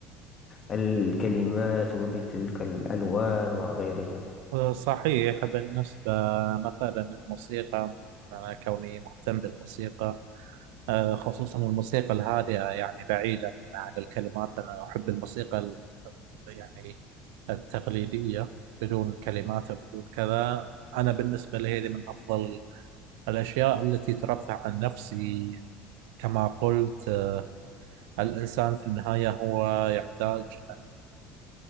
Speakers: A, on the left (about 30°); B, on the right (about 80°).
A: الكلمات وبتلك الألوان وغيرها
B: صحيح بالنسبة مثلا للموسيقى أنا كوني مهتم بالموسيقى آه، خصوصا الموسيقى الهادئة يعني بعيدا عن الكلمات أنا أحب الموسيقى ال- يعني التقليدية بدون كلمات وبدون كذا أنا بالنسبة لي هذه من أفضل الأشياء التي ترفع عن نفسي كما قلت الإنسان في النهاية هو يحتاج أن